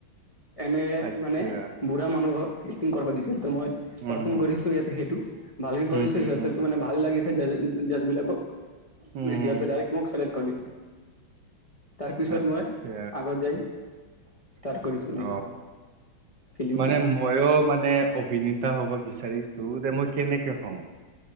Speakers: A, on the left; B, on the right.
A: এনে
B: আচ্ছা
A: মানে বুঢ়া মানুহৰ এক্টিং কৰিব দিছিল মই
B: হুম
A: পাৰফৰ্ম
B: হুম
A: কৰিছো ইয়াতে সেইটো ভালকে
B: হুম
A: কৰিছো
B: হুম
A: সিহঁত
B: হুম
A: মানে ভাল লাগিছে জাৰ্জবিলাকক সিহঁতে
B: হুম হুম
A: ডাইৰেক্ট মোক চিলেক্ট কৰিব তাৰ পিছত
B: আচ্ছা
A: মই আগত যাই ষ্টাৰ্ট কৰিছোঁ
B: অ
A: নিজৰ। ফিল্মটো
B: মানে ময়ো মানে অভিনেতা হ'ব বিচাৰিছো যে মই কেনেকে হ'ম?